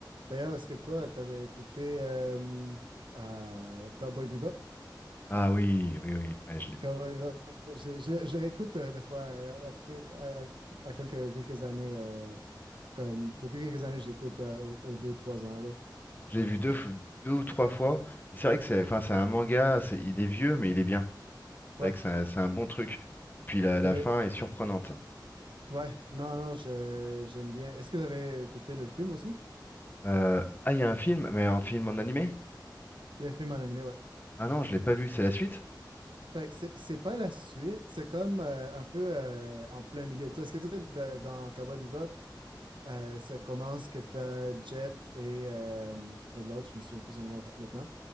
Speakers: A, on the right; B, on the left.
A: d'ailleurs, est-ce que toi, t'avais écouté euh, euh, Cowboy Bebop?
B: Ah oui, oui, oui, ouais, je l'ai vu.
A: Cowboy Bebop, je, je- je réécoute euh, des fois, euh, à, à- à quelques, quelques années, euh, comme, depuis quelques années, je l'écoute euh, aux aux deux, trois ans, là.
B: Je l'ai vu deux, f- deux ou trois fois. Mais c'est vrai que c'est, enfin, c'est un manga, c'est- il est vieux, mais il est bien. C'est
A: Ouais,
B: vrai que c'est un c'est un bon truc. Et puis la, la
A: t'avais,
B: fin est surprenante.
A: ouais, non, non, je- j'aime bien. Est-ce que t'avais écouté le film aussi?
B: Euh, ah, il y a un film, mais un film en animé?
A: Il y a un film en animé, ouais.
B: Ah non, je l'ai pas vu, c'est la suite?
A: Fait que c'est c'est pas la suite, c'est comme euh, un peu euh, en plein milieu. Tu sais, est-ce que tu sais, de- dans Cowboy Bebop, Euh, ça commence que t'as Jet et, euh, et l'autre, je me souviens plus son nom maintenant.